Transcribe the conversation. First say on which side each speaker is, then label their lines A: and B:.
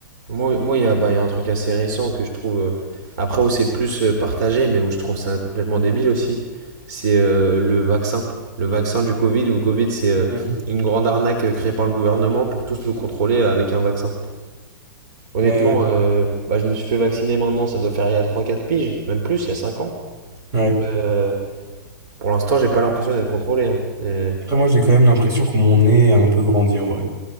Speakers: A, on the right; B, on the right.
A: Moi, moi, il y a, bah, il y a un truc assez récent que je trouve. euh, Après, où c'est plus euh, partagé, mais où je trouve ça complètement débile aussi. C'est euh, le vaccin. Le vaccin du Covid, où le Covid, c'est euh,
B: Mm.
A: une grande arnaque euh, créée par le gouvernement pour tous nous contrôler euh, avec un vaccin. Honnêtement,
B: Ouais,
A: euh, bah, je me suis fait vacciner maintenant, ça doit faire il y a trois, quatre piges, même plus, il y a 5 ans.
B: ouais.
A: Euh, pour l'instant, j'ai pas l'impression d'être contrôlé. hein. Et-
B: Après, moi, j'ai quand même l'impression que mon nez a un peu grandi en vrai.